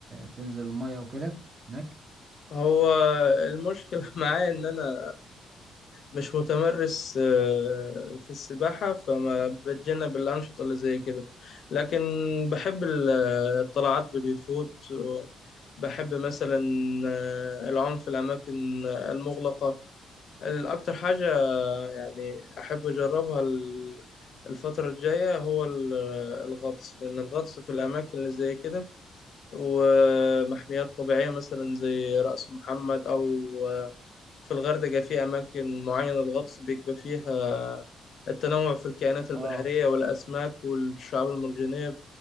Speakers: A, on the right (about 35°); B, on the left (about 60°).
A: تنزل المية وكده هناك
B: هو المشكلة <laughs> معايا ان انا مش متمرس آه، في السباحة فما بتجنب الأنشطة اللي زي كده لكن بحب ال- آه، الطلعات باليخوت بحب مثلا آه، العوم في الأماكن المغلقة الأكتر حاجة يعني أحب أجربها ال- الفترة الجاية هو ال- آه، الغطس لأن الغطس في الأماكن اللي زي كده ومحميات طبيعية مثلا زي رأس محمد أو آه، في الغردقة في أماكن معينة الغطس بيبقى فيها آه، التنوع في الكائنات البحرية
A: اه
B: والأسماك والشعاب المرجانية